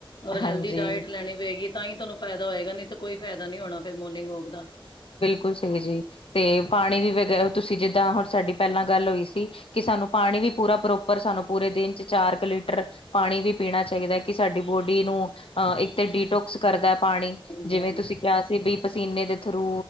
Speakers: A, on the left (about 55°); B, on the left (about 80°).
A: ਔਰ
B: ਹਾਂਜੀ
A: ਹੈਲਦੀ ਡਾਇਟ ਲੈਣੀ ਪਏਗੀ। ਤਾਂ ਈ ਤੁਹਾਨੂੰ ਫਾਇਦਾ ਹੋਏਗਾ ਨੀ ਤੇ ਕੋਈ ਫਾਇਦਾ ਨੀ ਹੋਣਾ ਫੇਰ ਮੋਰਨਿੰਗ ਵੋਕ ਦਾ।
B: ਬਿਲਕੁਲ ਸਹੀ ਜੀ, ਤੇ ਪਾਣੀ ਵੀ ਵੈਗ ਤੁਸੀਂ ਜਿੱਦਾਂ ਹੁਣ ਸਾਡੀ ਪਹਿਲਾਂ ਗੱਲ ਹੋਈ ਸੀ। ਕਿ ਸਾਨੂੰ ਪਾਣੀ ਵੀ ਪੂਰਾ ਪ੍ਰੋਪਰ ਸਾਨੂੰ ਪੂਰੇ ਦਿਨ ਚ ਚਾਰ ਕ ਲੀਟਰ ਪਾਣੀ ਵੀ ਪੀਣਾ ਚਾਈਦੈ ਕਿ ਸਾਡੀ ਬੋਡੀ ਨੂੰ ਅ
A: ਹਾਂਜੀ
B: ਇੱਕ ਤੇ ਡੀਟੋਕਸ ਕਰਦੈ ਪਾਣੀ
A: ਹਾਂਜੀ
B: ਜਿਵੇਂ
A: ਹਾਂਜੀ
B: ਤੁਸੀਂ ਕਿਆ ਸੀ ਵਈ ਪਸੀਨੇ ਦੇ ਥਰੂ